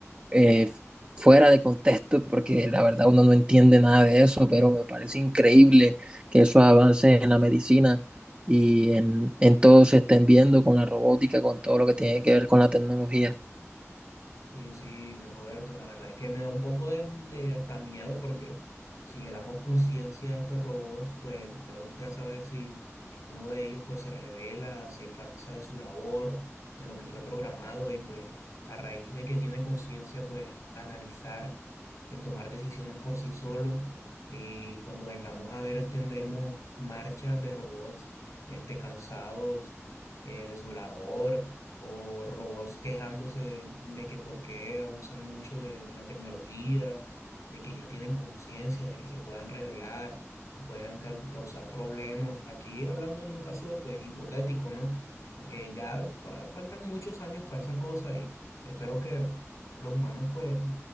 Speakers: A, on the right (about 25°); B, on the left (about 80°).
A: eh, fuera de contexto, porque la verdad uno no entiende nada de eso, pero me parece increíble que esos avances en la medicina y en, en todo se estén viendo con la robótica, con todo lo que tiene que ver con la tecnología.
B: Sí, sí, Roberto, la verdad es que me da un poco de, de hasta miedo porque si le damos conciencia a estos robots, pues vea usted a saber si uno de ellos pues se revela, se cansa de su labor, de lo que fue programado y pues a raíz de que tiene conciencia pues analizar el tomar decisiones por sí solo y cuando vengamos a ver tendremos marchas de robots este, cansados eh, de su labor o robots quejándose de que por qué abusan mucho de la tecnología, de que ya tienen conciencia, de que se puedan revelar, que puedan cau- causar problemas. Aquí hablando en un caso pues hipotético, ¿no? Porque ya fa- faltan muchos años para esa cosa y espero que los humanos pues